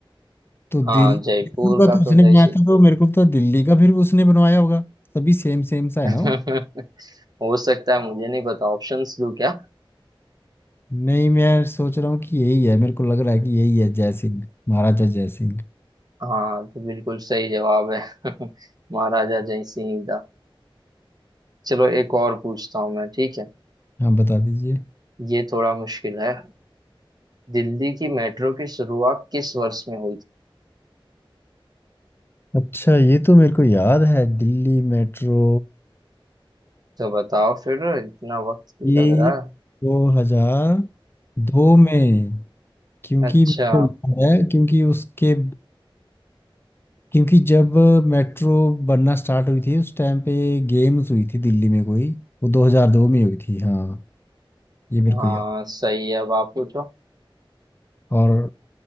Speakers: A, on the left; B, on the right.
A: तो दिल
B: हाँ जयपुर
A: जयपुर का
B: का
A: तो
B: तो
A: उसने
B: जय
A: बनाया
B: श्री
A: था
B: राम।
A: तो मेरे को तो दिल्ली का फिर उसने बनवाया होगा सभी सेम सेम सा है
B: <laughs>
A: ना वो?
B: हो सकता है मुझे नहीं पता ऑप्शंस दूं क्या
A: नहीं मैं सोच रहा हूँ कि यही है मेरे को लग रहा है कि यही है जय सिंह महाराजा जय सिंह
B: हाँ तो बिल्कुल सही जवाब है <laughs> महाराजा जय सिंह का चलो एक और पूछता हूँ मैं ठीक है
A: हाँ बता दीजिए
B: ये थोड़ा मुश्किल है दिल्ली की मेट्रो की शुरुआत किस वर्ष में हुई थी
A: अच्छा ये तो मेरे को याद है दिल्ली मेट्रो
B: तो बताओ फिर इतना वक्त क्यों
A: ये
B: लग रहा
A: दो हजार दो में क्योंकि
B: है अच्छा
A: मेरे को याद है क्योंकि उसके क्योंकि जब मेट्रो बनना स्टार्ट हुई थी उस टाइम पे गेम्स हुई थी दिल्ली में कोई वो 2002 में हुई थी हाँ ये मेरे
B: हाँ
A: को याद
B: सही है अब आप पूछो
A: और